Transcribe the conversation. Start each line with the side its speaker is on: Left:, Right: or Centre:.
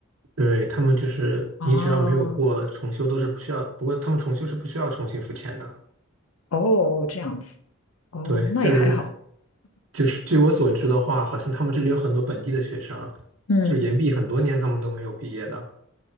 Right: 对，他们就是你只要没有过重修都是不需要，
Left: 啊，
Right: 不过他们重修是不需要重新付钱的。
Left: 哦，这样子，哦，
Right: 对，
Left: 那也还好，
Right: 就是就是据我所知的话，好像他们这里有很多本地的学生啊，
Left: 嗯，
Right: 就是延毕很多年他们都没有毕业的。